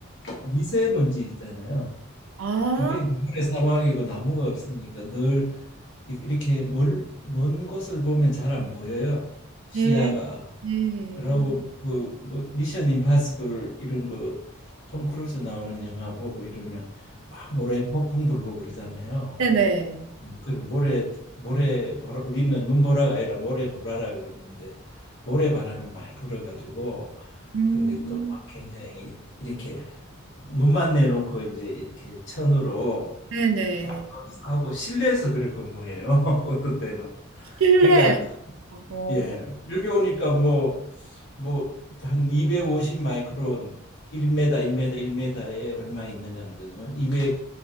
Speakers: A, on the left; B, on the right.
A: 미세먼지 있잖아요.
B: 아,
A: 그게 눈의 사막이고 나무가 없으니까 늘 이- 이렇게 멀, 먼 곳을 보면 잘 안 보여요. 시야가.
B: 네, 네.
A: 그러고 그뭐 미션 임파서블 이런 거 톰 크루즈 나오는 영화 보고 이러면 막 모래 폭풍 불고 그러잖아요.
B: 네네.
A: 그런 모래 모래 보라 우리는 눈보라가 아니라 모래 보라라 그러는데 모래 바람이 많이 불어가지고
B: 음,
A: 그게 또 막 굉장히 이렇게 눈만 내놓고 이제 이렇게 천으로
B: 네네.
A: 딱 하고 실내에서 그래 근무해요. <laughs> 어떤 때는
B: 실내에서.
A: 그러니까
B: 어,
A: 예. 여기 오니까 뭐 뭐 한 250 마이크론 1m, 1m, 1m에 얼마 있느냐는 거죠. 200